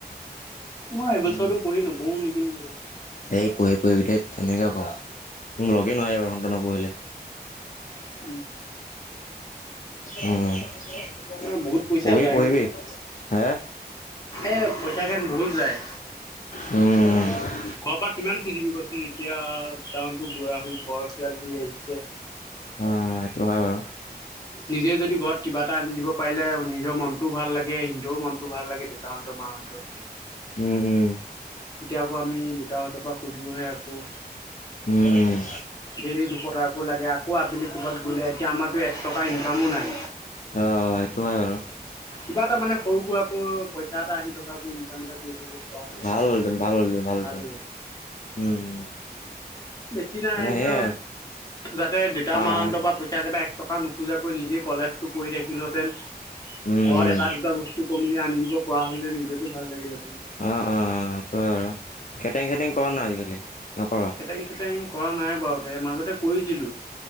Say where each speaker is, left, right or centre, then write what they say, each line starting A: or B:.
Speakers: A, on the left (about 20°); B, on the left (about 50°).
A: মই এইবছৰটো
B: উম
A: পঢ়ি নপঢ়ো নেকি <unintelligible>
B: এই পঢ় পঢ়িবি ধেত তেনেকে ক। মোক লগে নোহোৱা হৈ যাব <unintelligible> নপঢ়িলে।
A: <inaudible>
B: উম, উ,
A: অ' বহুত পইচা
B: পঢ়িবি
A: যায়
B: পঢ়িবি।
A: অ'
B: হে?
A: এই পইচাখিন বহুত যায়।
B: উম।
A: ঘৰৰ পৰা কিমান খুজিবি কচোন, এতিয়া টাউনটো বুঢ়া, বয়সীয়াল হৈ আহিছে।
B: অ', অ' সেইটো হয় বাৰু।
A: নিজে যদি ঘৰত কিবা এটা আনি দিব পাৰিলে নিজৰ মনটোও ভাল লাগে তেওঁ মনটো ভাল লাগে, দেউতাহঁতৰ, মাহঁতৰ।
B: উম উম।
A: এতিয়া আকৌ আমি দেউতাহঁতৰ পৰা খুজোহে আকৌ।
B: উম উম
A: দেইলি দুশটাকো লাগে আকৌ আবেলি ক'ৰবাত গ'লে, এতিয়া আমাৰ এক টকা ইনকামো নাই।
B: অ', অ' সেইটো হয় বাৰু।
A: কিবা এটা মানে সৰু সুৰাকৈ পইচা এটা আহি থকাকৈ ইনকাম এটা কৰি থাকিব পোৱা হ'লে।
B: ভাল হ'লহেঁতেন ভাল হ'ল ভালহেঁতেন,
A: ভাল হ'ল হেতেন।
B: উম।
A: বেছি নাই
B: মানে সেয়াই
A: কিয় যাতে দেউতা,
B: আৰু
A: মাহঁতৰ
B: আ
A: পৰা পইচাকেইটা টকা নোখোজাকৈ নিজেই কলেজটো পঢ়ি থাকিলোঁহেঁতেন।
B: উম,
A: ঘৰত এটা দুটা বস্তু কমিলে আনি দিব পৰা হ'লে নিজকে ভাল লাগিলেতেন-
B: অঁ অঁ অঁ সেইটো হয় বাৰু কেটাৰিং চেটিং কৰা নাই আজিকালি নকৰ-
A: চেটেং চেটেং কৰা নাই বাৰু তে মাজতে কৰিছিলোঁ-